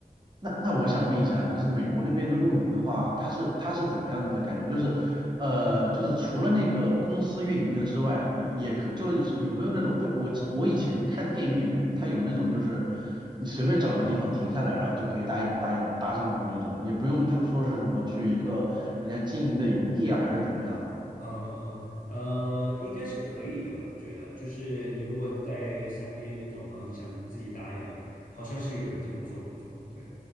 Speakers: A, on the right; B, on the left.
A: 那那我想问一下，就是美国那边的露营的话，它是它是怎么样的感觉？就是呃，就是除了那个公司运营的之外，也也可就是有没有那种，就我我以前看电影里面，它有那种就是你随便找个地方停下来，然后就可以搭一搭一搭帐篷那种，也不用说说是什么去一个人家经营的营地啊，
B: 嗯
A: 还是怎么样？
B: 嗯嗯呃，应该是可以的，我觉得。就是你如果在山边那种，然后你想自己搭一个，好像是有人这么做，没错。对，